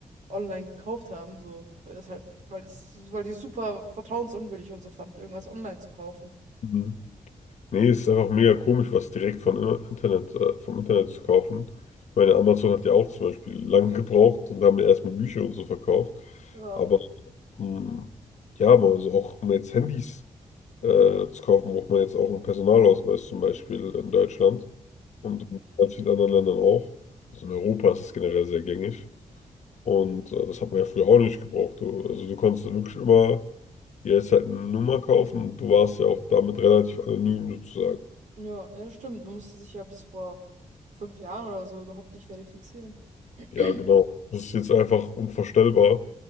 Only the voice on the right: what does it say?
online gekauft haben, so, weil das halt, weil das, weil die super vertrauensunwürdig und so fanden, irgendwas online zu kaufen.
Ja.
Ja, ja, stimmt. Man musste sich ja bis vor fünf Jahren oder so überhaupt nicht verifizieren. <clears throat>